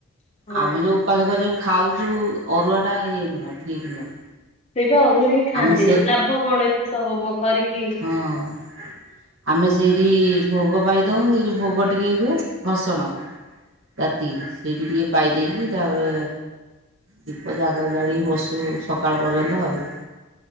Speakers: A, on the left (about 30°); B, on the right (about 65°).
A: ହଁ
B: ଆମେ ଯୋଉ ଉପାସକରି ଯଉ ଖାଉଛୁ ଅରୁଆ ଟା ଇଏ <unintelligible> ଠିକ ନୁହଁ।
A: ସେଇପା ଅରୁଆ ହିଁ ଖାଆନ୍ତିନି
B: ଆମେ ସେ
A: ଲାଭ କଣ ଏତେ ସହମ କରିକି।
B: ହଁ। ଆମେ ସେଇଠି ଭୋଗ ପାଇ ଦଉ ସେ ଯଉ ଭୋଗ ଟିକେ ହୁଏ ଭସଣ। ରାତି ସେଇଠି ଟିକେ ପାଇ ଦେଇକି ତାପରେ ଦୀପ ଜାଗା ଜାଳି ବସୁ ସକାଳ ପର୍ଯ୍ୟନ୍ତ ଆଉ।